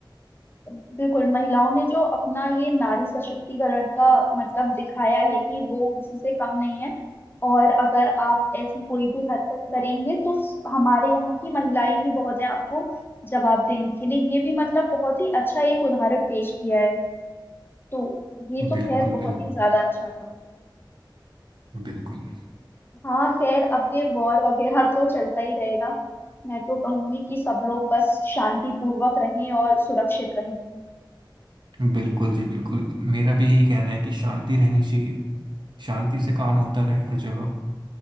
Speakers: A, on the left; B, on the right.
A: बिल्कुल महिलाओं ने जो अपना ये नारी सशक्तिकरण का मतलब दिखाया है कि वो किसी से कम नहीं है और अगर आप ऐसी कोई भी हरकत करेंगे तो हमारे यहाँ की महिलाएं ही बहुत है आपको जवाब देने के लिए ये भी मतलब बहुत ही अच्छा एक उदाहरण पेश किया है तो ये तो
B: बिल्कुल
A: खैर बहुत
B: बिल्कुल
A: ही ज्यादा अच्छा था
B: बिल्कुल
A: हाँ खैर अब ये वॉर वगैरह तो चलता ही रहेगा मैं तो कहूंगी कि सब लोग बस शांति पूर्वक रहें और सुरक्षित रहें
B: <clears throat> बिल्कुल जी बिल्कुल मेरा भी यही कहना है कि शांति रहनी चाहिए शांति से काम होता रहे हर जगह